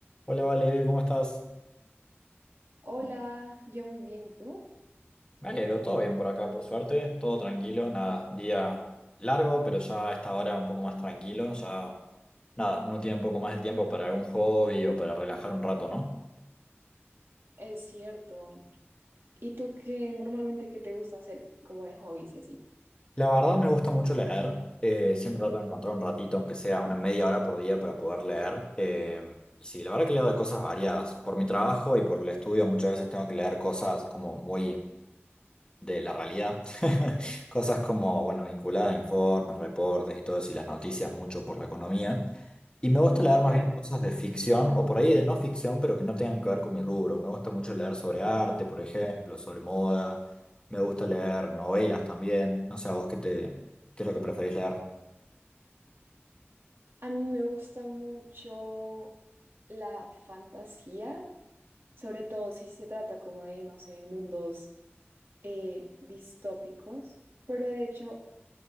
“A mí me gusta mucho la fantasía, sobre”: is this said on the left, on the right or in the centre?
Right